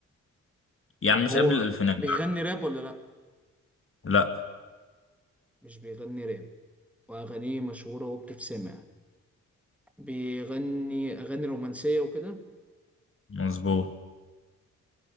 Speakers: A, on the left (about 45°); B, in the centre.
A: يعني
B: طب
A: مش
B: هو
A: قبل الألفينات
B: بيغني راب ولا لا
A: لا
B: مش بيغني راب وأغانيه مشهورة وبتتسمع بيغني أغاني رومانسية وكده
A: مظبوط